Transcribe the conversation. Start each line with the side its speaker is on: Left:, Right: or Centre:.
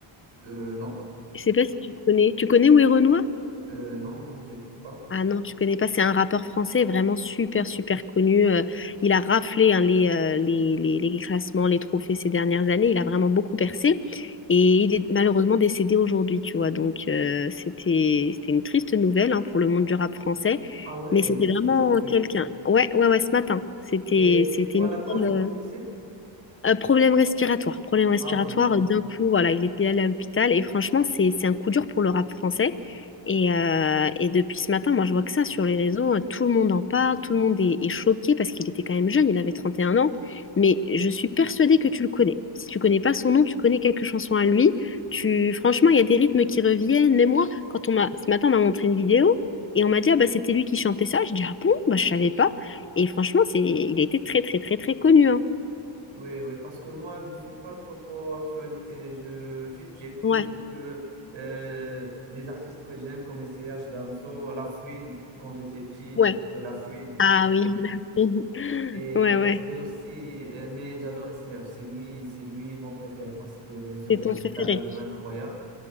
Right: Euh, non,
Left: Je sais pas si tu connais. Tu connais Werenoi?
Right: euh, non, non, j'écoute pas.
Left: Ah non, tu connais pas, c'est un rappeur français vraiment super super connu. euh, il a raflé hein, les, euh, les, les, les classements, les trophées ces dernières années. Il a vraiment beaucoup percé et il est malheureusement décédé aujourd'hui, tu vois. Donc euh, c'était c'était une triste nouvelle hein, pour le monde du rap français,
Right: Ah ouais,
Left: mais c'était
Right: juste
Left: vraiment
Right: aujourd'hui.
Left: quelqu'un. Ouais ouais ouais, ce matin, c'était
Right: Et c'est
Left: c'était
Right: quoi
Left: une
Right: la cause
Left: nouvelle.
Right: du décès?
Left: euh, euh, problème respiratoire, problème respiratoire.
Right: Ah bon, ah bon.
Left: euh, D'un coup, voilà, il était allé à l'hôpital et franchement, c'est c'est un coup dur pour le rap français. Et, euh, et depuis ce matin, moi, je vois que ça sur les réseaux, euh, tout le monde en parle, tout le monde est, est choqué parce qu'il était quand même jeune, il avait 31 ans. Mais je suis persuadée que tu le connais. Si tu connais pas son nom, tu connais quelques chansons à lui. Tu, franchement, il y a des rythmes qui reviennent. Même moi, quand on m'a ce matin, on m'a montré une vidéo et on m'a dit ah bah c'était lui qui chantait ça. Je dis ah bon, bah je savais pas. Et franchement, c'est, il était très très très très connu, hein.
Right: Oui, oui, parce que moi, je suis pas trop, trop actualité. Je, juste, j'écoute
Left: Ouais.
Right: un peu euh, des artistes que j'aime, comme S C H, Damso, La Fouine. Quand j'étais petit,
Left: Ouais.
Right: j'écoutais La Fouine.
Left: Ah oui, <laughs> la fine.
Right: Et
Left: Ouais, ouais.
Right: parce que aussi, euh, mais j'adore S C H. C'est lui, c'est lui mon préféré, parce que bien sûr,
Left: C'est
Right: il
Left: ton
Right: a un
Left: préféré.
Right: charisme incroyable.